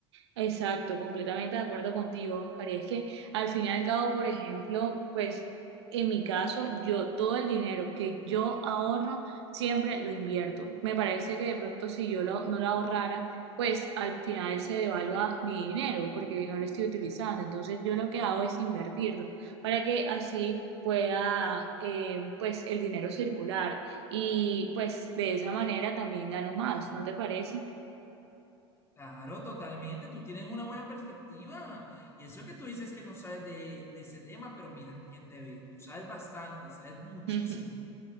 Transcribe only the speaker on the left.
Claro, totalmente. Tú tienes una buena perspectiva. Y eso que tú dices que no sabes de, de ese tema, pero mira, quien te ve, tú sabes bastante, sabes muchísimo.